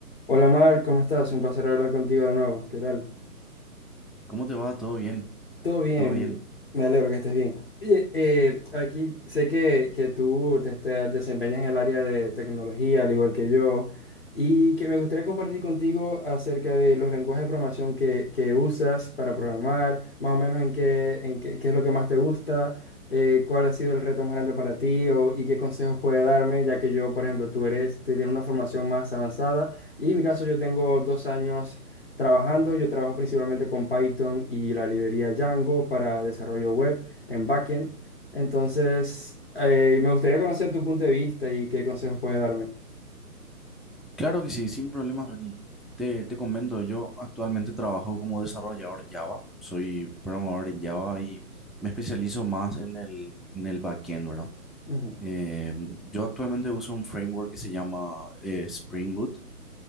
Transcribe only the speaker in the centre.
¿Cómo te va? ¿Todo bien?
¿Todo bien?
Claro que sí, sin problemas, Reni. Te, te comento, yo actualmente trabajo como desarrollador Java, soy programador en Java y me especializo más en el, en el backend, ¿verdad?
Eh, yo actualmente uso un framework que se llama eh, Spring Boot.